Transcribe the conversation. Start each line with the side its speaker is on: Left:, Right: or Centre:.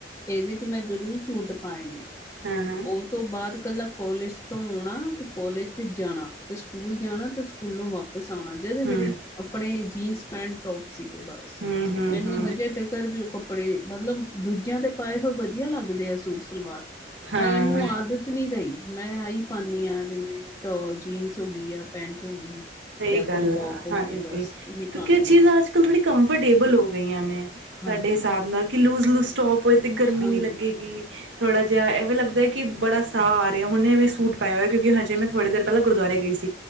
Left: ਇਹਦੇ ਚ ਮੈਂ ਜ਼ਰੂਰ ਸੂਟ ਪਾਏ ਨੇ।
Right: ਹਾਂ-ਹਾਂ।
Left: ਉਹ ਤੋਂ ਬਾਅਦ ਕੱਲਾ ਕੋਲਿਜ ਤੋਂ ਆਉਣਾ ਤੇ ਕੋਲਿਜ ਤੇ ਜਾਣਾ ਤੇ ਸ ਸਕੂਲ ਜਾਣਾ ਤੇ ਸਕੂਲੋਂ ਵਾਪਿਸ ਆਣਾ। ਜਦੇ ਮੇਰੇ
Right: ਹਮ
Left: ਅਪਣੇ ਜੀਨਸ ਪੈਂਟ ਟੋਪ ਸੀਗੇ ਬੱਸ
Right: ਹਮ ਹਮ
Left: ਮੈਨੂੰ
Right: ਹਮ
Left: ਹਜੇ ਤੱਕਰ ਵੀ ਉਹ ਕੱਪ ਕੱਪੜੇ ਮਤਲਬ ਦੂਜਿਆਂ ਦੇ ਪਾਏ ਹੋਏ ਵਧੀਆ ਲੱਗਦੇ ਆ ਸੂਟ ਸਲਵਾਰ
Right: ਹਾਂ
Left: ਮੈਂਨੂੰ ਆਦ ਤ ਨਹੀਂ ਰਹੀ ਮੈਂ ਆਹੀ ਪਾਨੀ ਆ ਜਿਵੇਂ ਟੋ ਜੀਨਸ ਹੋ ਗਈ ਆ ਪੈਂਟ ਹੋ ਗਈ।
Right: ਸਹੀ
Left: ਜਾਂ ਕੋਈ
Right: ਗੱਲ
Left: ਟੋਪ
Right: ਆ।
Left: ਹੋ
Right: ਹਾਂਜੀ
Left: ਗਿਆ ਬਸ ਇਹੀ
Right: ਕਿਉਂਕਿ
Left: ਪਾਉਂਦੀ
Right: ਇਹ ਚੀਜ਼
Left: ਹਾਂ
Right: ਅੱਜ ਥੋੜੀ ਕੰਫਰਟੇਬਲ ਹੋ ਗਈਆਂ ਨੇ ਸਾਡੇ
Left: ਹਾਂਜੀ
Right: ਹਿਸਾਬ ਨਾਲ ਕਿ ਲੂਜ਼ ਲੂਜ਼ ਟੋਪ ਹੋਏ ਤੇ ਗਰਮੀ
Left: ਹਾਂਜੀ
Right: ਨੀ ਲੱਗੇਗੀ ਥੋੜ੍ਹਾ ਜਿਹਾ ਏਵੇ ਲੱਗਦਾ ਕਿ ਬੜਾ ਸਾਹ ਆ ਰਿਹਾ ਹੁਨੇ ਵੀ ਸੂਟ ਪਾਇਆ ਹੋਇਆ ਕਿਉਂਕਿ ਹਜੇ ਮੈਂ ਥੜ੍ਹੀ ਦੇਰ ਪਹਿਲਾਂ ਗੁਰਦੁਆਰੇ ਗਈ ਸੀ।